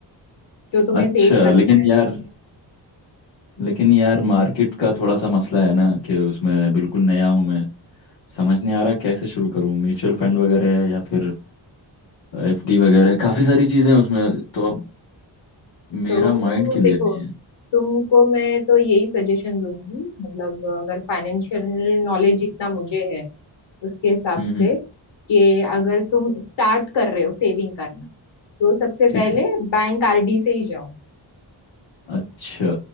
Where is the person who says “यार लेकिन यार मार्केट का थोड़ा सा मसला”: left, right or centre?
Left